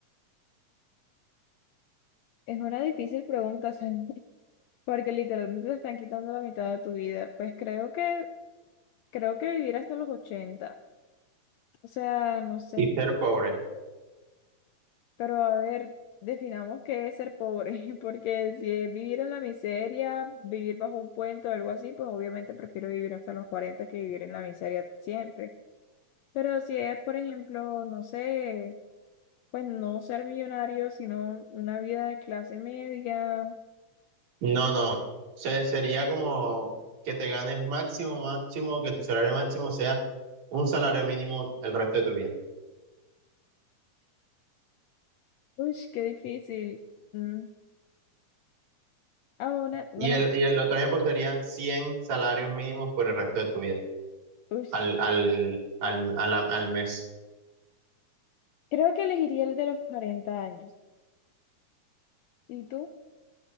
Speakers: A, on the left (about 80°); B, on the right (about 60°).
A: Es una difícil pregunta, <laughs> Sani, porque literalmente te están quitando la mitad de tu vida. Pues creo que, creo que vivir hasta los ochenta O sea, no sé.
B: Y ser pobre.
A: Pero a ver, definamos qué es ser pobre, <laughs> porque si es vivir en la miseria, vivir bajo un puente o algo así, pues obviamente prefiero vivir hasta los 40 que vivir en la miseria siempre. Pero si es, por ejemplo, no sé, pues no ser millonario, sino una vida de clase media,
B: No, no. Se- sería como que te ganes máximo, máximo, que tu salario máximo sea un salario mínimo el resto de tu vida.
A: uy, qué difícil. Mm. Ahora, bueno,
B: Y el, y el otro ejemplo serían 100 salarios mínimos por el resto de tu vida,
A: uy,
B: al, al, al, al, al mes.
A: creo que elegiría el de los 40 años. ¿Y tú?